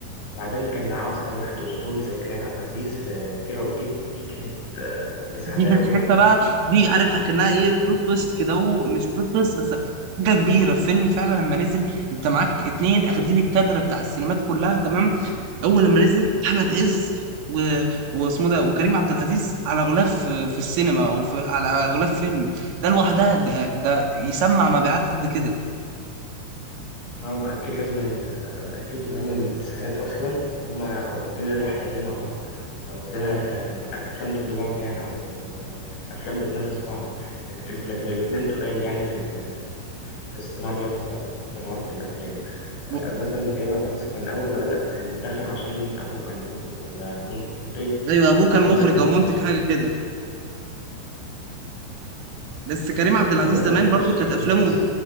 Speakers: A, on the left; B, on the right.
A: وبعدين كان معاه اصلا واحد اسطوري زي كريم عبد العزيز في كيرة والجن دي كانت آه، مساعده
B: دي كانت
A: قوي يعني
B: حته بقى دي عارف اكنها ايه بلوت تويست كده هو مش بلوت تويست بس حاجه كبيره الفيلم فعلا لما نزل انت معاك اتنين اخدين الكادر بتاع السينمات كلها تمام اول لما نزل احمد عز و... واسمه ده وكريم عبد العزيز على غلاف في في السينما او في... على غلاف فيلم ده لوحدها ده ده يسمع مبيعات قد كده
A: ما ما أكيد لازم أن- أكيد ما هم من التسعينات أصلا وهم واخدين الرحلة دي مع بعض يعني واخدينها كأفلام ضد بعض يعني أو أفلام بتنافس بعض لك- لكن الاتنين تقال يعني في ال- في الصناعة دي نفسها في صناعة الأفلام
B: و-
A: آه، مثلا كريم عبد العزيز كان أول ما بدأ كان داخل عشان أبوه كان مخرج ولا منتج
B: ايوه ابوه
A: وبعدين
B: كان مخرج
A: أثبت
B: او منتج
A: نفسه
B: حاجه كده بس كريم عبد العزيز
A: بعدين
B: زمان
A: أثبت
B: برضو
A: نفسه في
B: كانت
A: أفلام
B: افلامه
A: كويسة